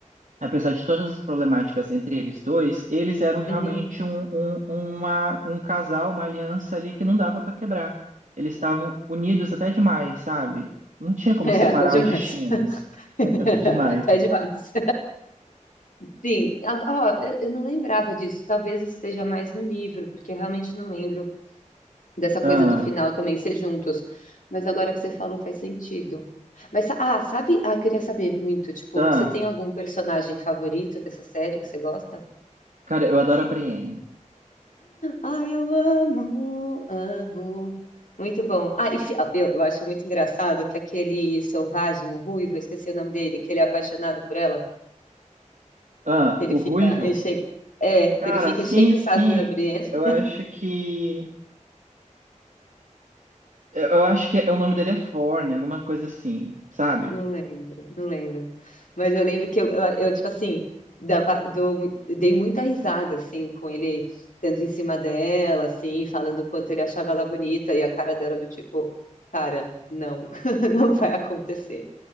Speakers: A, on the right; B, on the left.
A: apesar de todas as problemáticas entre eles dois, eles eram realmente
B: uhum.
A: um,
B: <laughs>
A: um, uma, um casal, uma aliança ali que não dava pra quebrar. Eles estavam unidos até demais, sabe? Não tinha como
B: É,
A: separar
B: até demais.
A: os destinos.
B: <laughs>
A: <laughs> Até demais.
B: Até demais. Sim, a- ó, eu eu não lembrava disso. Talvez esteja mais no livro, porque eu realmente não lembro dessa coisa
A: Ah,
B: do final também ser juntos. Mas agora que você falou, faz sentido. Mas, sa- ah, sabe? Ah, eu queria saber muito, tipo,
A: ah,
B: você tem algum personagem favorito dessa série que você gosta?
A: cara, eu adoro a Brienne.
B: Ai, eu amo, amo. Muito bom. Ah, e fi- ah, meu, eu acho muito engraçado que aquele selvagem, o ruivo, eu esqueci o nome dele, que ele é apaixonado por ela,
A: Ah,
B: que ele
A: o
B: fica
A: Ruivo.
B: enche... É,
A: Cara,
B: que ele fica
A: sim,
B: cheio do
A: sim.
B: saco da Brienne.
A: Eu acho que. Eu eu acho que é, o nome dele é Forne, alguma coisa assim, sabe?
B: Não lembro, não lembro. Mas eu lembro que eu, eu, eu, tipo assim, dava, dou mui- dei muita risada, assim, com ele dando em cima dela, assim, falando o quanto ele achava ela bonita, e a cara dela do tipo, cara, não, <laughs> não vai acontecer.